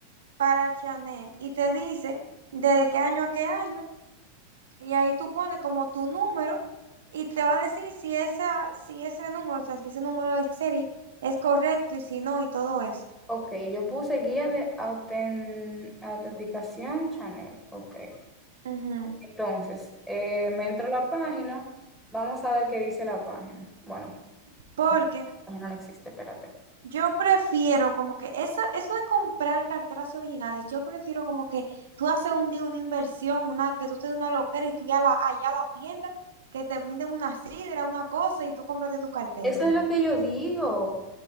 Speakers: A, on the right; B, in the centre.
A: para Chanel y te dice desde qué año a qué año y ahí tú pones como tu número y te va a decir si esa, si ese número, o sea, si ese número de serie es correcto y si no y todo eso.
B: ok, yo puse guía de auten- autenticación Chanel, ok.
A: Ujú.
B: Entonces, eh, me entro a la página, vamos a ver qué dice la página. Bueno,
A: Porque
B: la página no existe, espérate.
A: Yo prefiero como que eso, eso de comprar carteras originales, yo prefiero como que tú haces un día una inversión, una, que tú te des una loquera y tú ya la, allá a la tienda, que te brinden una sidra, una cosa y tú compraste tu cartera,
B: Eso es lo que yo digo.